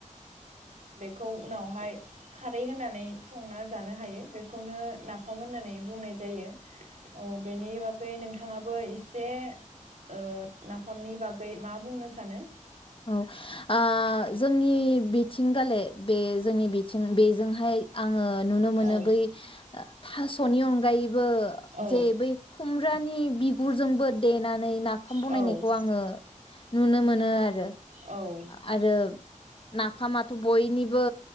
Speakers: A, on the right; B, on the left.
A: बेखौ उनावहाय खारै होनानै संना जानो हायो बेखौनो नाफाम होननानै बुंनाय जायो। औ बेनि बागै नों थाङाबो एसे ओ नाफामनि बागै मा बुंनो सानो?
B: औ आ जोंनि बिथिंगाले बे जोंनि बिथिं बेजोंहाय आं आङो नुनो मोनो
A: औ
B: बै थासनि अनगायै बो
A: औ
B: जे बै खुमरानि बिगुरजोंबो देनानै नाफाम बनायनायखौ
A: औ
B: आङो नुनो मोनो आरो।
A: औ
B: आरो नाफामाथ बयनिबो